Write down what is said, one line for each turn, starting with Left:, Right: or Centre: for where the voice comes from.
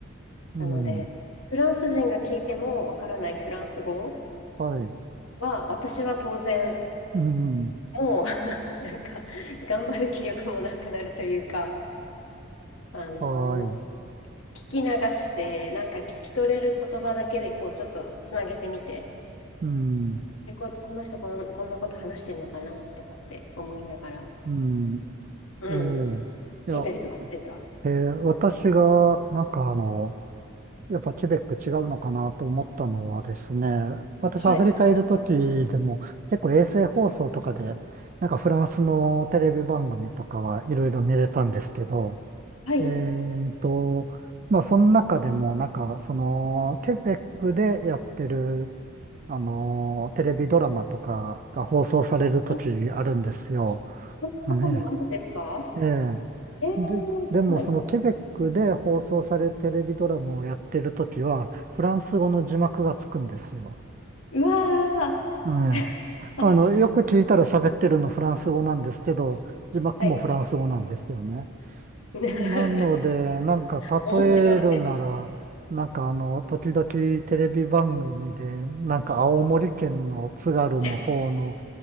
Right: うん。
Left: なので、フランス人が聞いてもわからないフランス語
Right: はい。
Left: は、私は当然、
Right: うん。
Left: もう <laughs> なんか、頑張る気力もなくなるというか、あの、
Right: はい。
Left: もう聞き流して、なんか聞き取れる言葉だけで、こう、ちょっとつなげてみて、
Right: うん。
Left: で、こ、この人こん、こんなこと話してんのかなとかって思いながら、
Right: うん。
Left: うん、
Right: ええ。
Left: 聞いたりとかしてた。
Right: いや、ええ、私が、なんかあの、やっぱケベック違うのかなと思ったのはですね、私アフリカいる時でも結構衛星放送とかで、
Left: はい。
Right: なんかフランスのテレビ番組とかはいろいろ見れたんですけど、
Left: はい。
Right: ええと、まあその中でもなんかそのケベックでやってるあの、テレビドラマとかが放送されるときあるんですよ。
Left: そそんなこともあるんですか
Right: ね、ええ。
Left: えー、
Right: で、でもそのケベックで放送されるテレビドラマをやってるときは、
Left: はい。
Right: フランス語の字幕がつくんですよ。
Left: うわー。
Right: ええ。
Left: <laughs>
Right: あの、よく聞いたら喋ってるのフランス語なんですけど、字幕もフランス語なんですよね。
Left: はい。<laughs>
Right: なので、なんか例えるなら、
Left: 面白い。
Right: なんかあの、時々テレビ番組で、なんか青森県の津軽の方の
Left: <laughs>